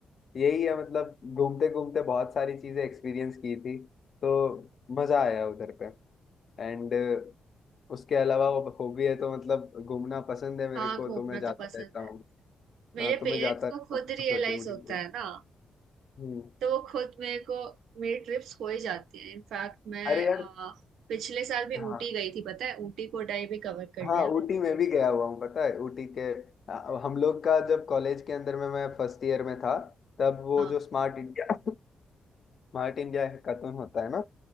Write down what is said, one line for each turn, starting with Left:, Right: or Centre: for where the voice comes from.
Left: यही है मतलब घूमते घूमते बहुत सारी चीजें एक्सपीरियंस की थी तो मजा आया उधर पे एंड उसके अलावा वो हॉबी है तो मतलब घूमना पसंद है मेरे
Right: हाँ
Left: को
Right: घूमना
Left: तो मैं जाता
Right: तो पसंद
Left: रहता
Right: है
Left: हूँ
Right: मेरे
Left: हाँ तो
Right: पेरेंट्स
Left: मैं जाता रहता
Right: को खुद
Left: हूँ
Right: रियलाइज
Left: छोटी मोटी
Right: होता है ना
Left: हम्म
Right: तो वो खुद मेरे को मेरी ट्रिप्स हो ही जाती है इनफैक्ट मैं
Left: अरे यार
Right: अ, पिछले साल भी
Left: हाँ
Right: ऊटी गई थी पता है ऊटी कोटाई भी कवर कर
Left: हाँ
Right: लिया मैंने
Left: ऊटी में भी गया हुआ हूँ पता है ऊटी के अ, हम लोग का जब कॉलेज के अंदर में मैं फर्स्ट ईयर में था तब वो
Right: हाँ
Left: जो स्मार्ट इंडिया स्मार्ट इंडिया हैकाथन होता है ना